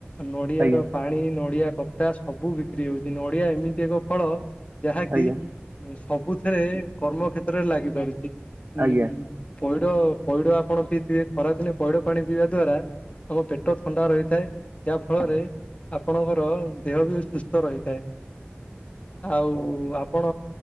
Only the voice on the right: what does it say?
ଆଜ୍ଞା
ହୁଁ
ଆଜ୍ଞା
ଆଜ୍ଞା ଆଜ୍ଞା